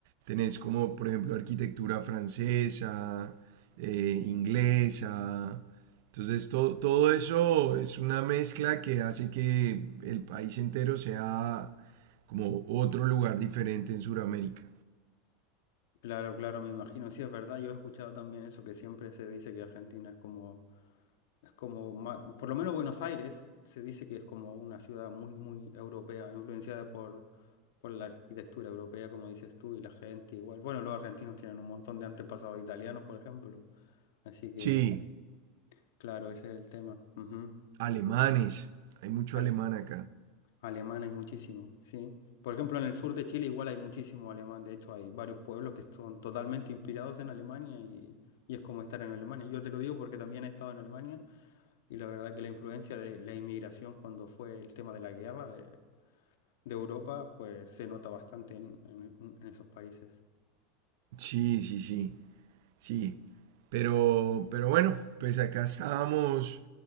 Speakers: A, on the right; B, on the left.
A: tenés como, por ejemplo, arquitectura francesa, eh, inglesa. Entonces, to- todo eso es una mezcla que hace que el país entero sea como otro lugar diferente en Sudamérica.
B: Claro, claro, me imagino, sí, es verdad, yo he escuchado también eso que siempre se dice que Argentina es como... Es como, ma- por lo menos Buenos Aires se dice que es como una ciudad muy, muy europea, influenciada por, por la arquitectura europea, como dices tú, y la gente igual. Bueno, los argentinos tienen un montón de antepasados italianos, por ejemplo. Así que,
A: Sí,
B: claro, ese es el tema. Ujú.
A: alemanes. Hay mucho
B: Al-
A: alemán acá.
B: alemán hay muchísimo, sí. Por ejemplo, en el sur de Chile igual hay muchísimo alemán. De hecho, hay varios pueblos que son totalmente inspirados en Alemania y, y es como estar en Alemania. Yo te lo digo porque también he estado en Alemania Y la verdad que la influencia de la inmigración cuando fue el tema de la guerra de, de Europa, pues se nota bastante en, en- en esos países.
A: Sí, sí, sí, sí. Pero, pero bueno, pues acá estábamos.